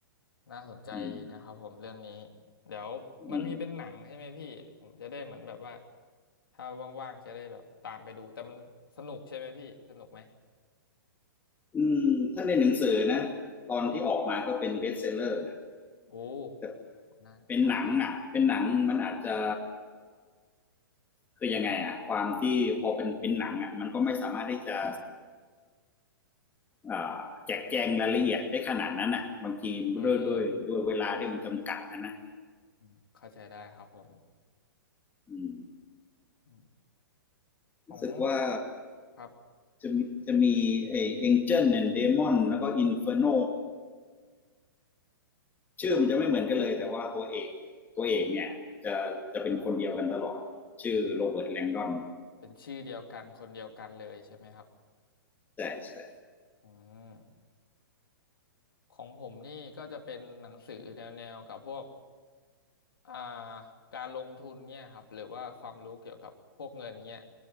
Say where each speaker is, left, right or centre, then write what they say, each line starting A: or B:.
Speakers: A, on the left (about 80°); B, on the left (about 15°).
A: น่าสนใจนะครับผมเรื่องนี้
B: อืม
A: เดี๋ยวมันมีเป็นหนังใช่ไหมพี่ผมจะได้เหมือนแบบว่า
B: อืม
A: ถ้าว่างๆจะได้แบบตามไปดูแต่มันสนุกใช่ไหมพี่สนุกไหม
B: อืมถ้าในหนังสือนะตอนที่ออกมาก็เป็นเบสเซลเลอร์นะ
A: โอ้
B: แต่
A: น่าขายดี
B: เป็นหนังอ่ะเป็นหนังมันอาจจะคือยังไงอ่ะความที่พอเป็นเป็นหนังอ่ะมันก็ไม่สามารถได้จะอ่าแจกแจงรายละเอียดได้ขนาดนั้นอ่ะบางทีด้วยด้วยด้วยเวลาที่มันจำกัดนะนะ
A: อืมอืมเข้าใจได้ครับผม
B: อืม
A: อืม
B: รู้สึกว่า
A: ของครับ
B: จะมีจะมีไอเ a n นเจนเนีเดมอนแล้วก็อินเฟอร์โนชื่อมันจะไม่เหมือนกันเลยแต่ว่าตัวเอกตัวเอกเนี่ยจะจะเป็นคนเดียวกันตลอดชื่อโรเบิร์ตแลงดอน
A: เป็นชื่อเดียวกันคนเดียวกันเลยใช่ไหมครับ
B: ใช่ใช่
A: อืมของผมนี่ก็จะเป็นหนังสือแนวๆกับพวก อ่าการลงทุนเนี่ยครับหรือว่าความรู้เกี่ยวกับพวกเงินเนี่ย